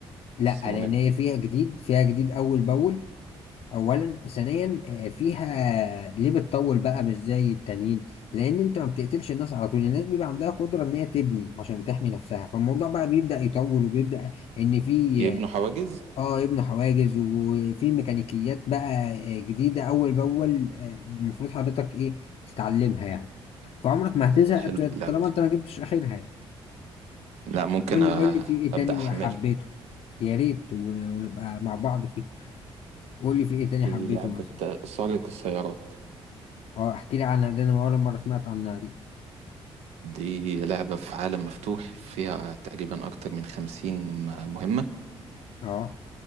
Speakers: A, on the left (about 60°); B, on the right (about 85°).
A: لا
B: حاسسها
A: لان
B: مملة
A: هي فيها جديد فيها جديد اول باول اولا ثانيا آه، فيها ليه بتطول بقى مش زي التانيين لان انت ما بتقتلش الناس على طول الناس بيبقى عندها قدره ان هي تبني عشان تحمي نفسها فالموضوع بقى بيبدا يطول وبيبدا ان في
B: يبنوا حواجز
A: اه آه، يبنوا حواجز وفي ميكانيكيات بقى آه، جديده اول باول آه، المفروض حضرتك ايه تتعلمها يعني فعمرك ما هتزهق
B: إيه ده حلو اللعبة
A: طالما
B: دي
A: انت ما جبتش اخرها يعني
B: لا ممكن
A: قول
B: أ-
A: لي قول لي في ايه
B: أبدأ
A: تاني
B: أحملها
A: حبيته يا ريت ون- ونبقى مع بعض فيه قول لي في ايه
B: في
A: تاني حبيته
B: لعبة
A: مثلا
B: سارق السيارات
A: اه احكي لي عنها دي انا اول مره سمعت عنها دي
B: دي لعبة في عالم مفتوح فيها تقريبا أكتر من خمسين م- مهمة
A: اه